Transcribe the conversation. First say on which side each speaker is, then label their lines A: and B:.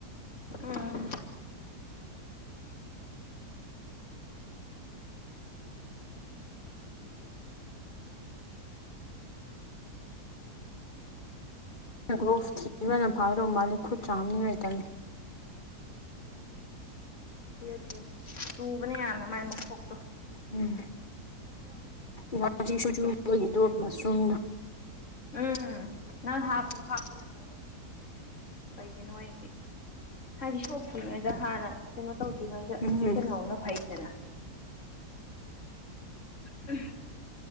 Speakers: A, on the left; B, on the left.
A: ꯎꯝ
B: ꯒ꯭ꯂ‌ꯣꯞ ꯊꯤꯕꯅ ꯐꯥꯒꯗꯧ ꯃꯥꯜꯂꯦ ꯈꯨꯠ ꯆꯥꯝꯅꯤꯡꯉꯥꯏ ꯇꯜ
A: ꯊꯤꯌꯨ ꯊꯤꯌꯨ ꯆꯨꯕꯅꯦ ꯌꯥꯝꯅ ꯃꯥꯏ ꯃꯈꯣꯛꯇꯣ
B: ꯎꯝ <inaudible> ꯋꯥꯡꯖꯤ ꯆꯨꯕꯒꯤꯗ‌ꯣ ꯃꯁꯔꯨꯝꯗ‌ꯣ
A: ꯎꯝ ꯅꯪ ꯍꯥꯞꯄꯣ ꯍꯥꯞꯄꯅ ꯐꯅꯤ ꯀꯩꯒꯤꯅꯣ ꯍꯥꯏꯗꯤ ꯍꯥꯏꯗꯤ ꯁꯣꯛꯇ꯭ꯔꯤꯉꯩꯗ ꯍꯥꯟꯅ ꯀꯩꯅꯣ ꯇꯧꯗ꯭ꯔꯤꯉꯩꯗ
B: ꯎꯝ
A: ꯆꯦꯛꯁꯤꯟꯍꯧꯕꯅ ꯐꯩꯗꯅ ꯎꯝ